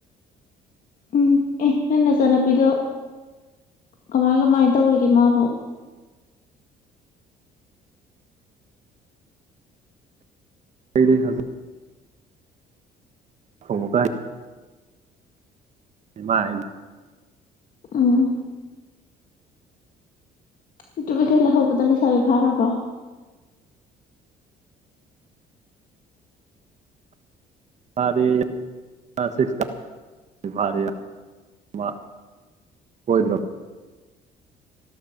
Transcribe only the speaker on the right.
ꯑꯩꯅ ꯍꯧꯖꯤꯛ ꯍꯣꯡꯃ ꯀꯥꯏ ꯏꯃꯥꯏ
ꯐꯥꯔꯤ ꯀꯂ꯭ꯁ ꯁ꯭ꯔꯤꯁ ꯀꯔꯦ ꯃꯥ ꯐꯨꯕ ꯁꯣꯏꯗ꯭ꯔꯕ